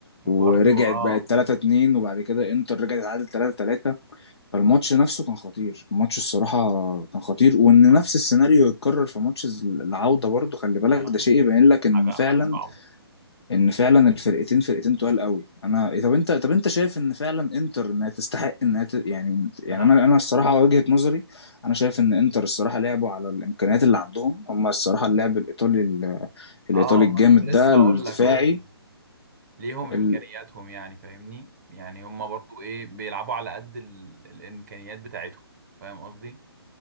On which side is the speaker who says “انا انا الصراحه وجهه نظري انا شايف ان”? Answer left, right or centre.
Left